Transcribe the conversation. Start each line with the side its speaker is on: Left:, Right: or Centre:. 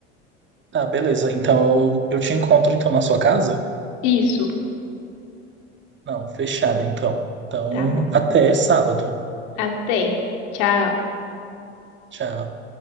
Right: Tá, beleza. Então, eu eu te encontro então na sua casa?
Left: Isso,
Right: Não, fechado então. Então,
Left: tá bom.
Right: até sábado.
Left: Até. Tchau.
Right: Tchau.